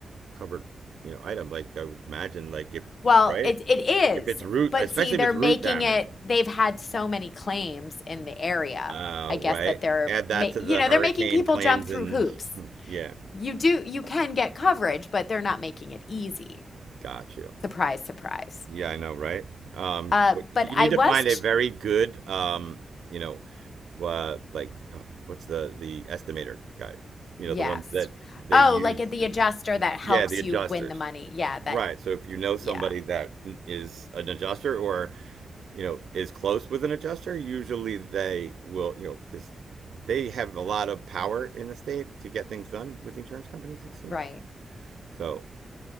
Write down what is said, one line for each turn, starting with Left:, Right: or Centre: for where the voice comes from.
Right: covered, you know, item like I would imagine like if
Left: Well,
Right: right?
Left: it it is,
Right: If it's root,
Left: but
Right: especially
Left: see, they're
Right: if it's
Left: making
Right: root damage.
Left: it, they've had so many claims in the area.
Right: Uh,
Left: I guess
Right: right?
Left: that they're
Right: Add that
Left: ma
Right: to
Left: you
Right: the
Left: know,
Right: hurricane
Left: they're making people
Right: claims
Left: jump through
Right: and
Left: hoops.
Right: <laughs> yeah,
Left: You do, you can get coverage, but they're not making it easy.
Right: got you.
Left: Surprise, surprise.
Right: Yeah, I know, right? Um,
Left: Uh,
Right: but <laughs> you
Left: but I
Right: need to
Left: was,
Right: find
Left: ch-
Right: a very good, um, you know, uh, like uh, what's the the estimator guy? You
Left: yes.
Right: know, the ones that they
Left: Oh,
Right: use.
Left: like at the adjuster that helps
Right: Yeah, the adjusters.
Left: you win the money. Yeah, that,
Right: Right. So if you know
Left: yeah,
Right: somebody that is an adjuster or, you know, is close with an adjuster, usually they will, you know, because they have a lot of power in the state to get things done with the insurance companies, it seems.
Left: right.
Right: So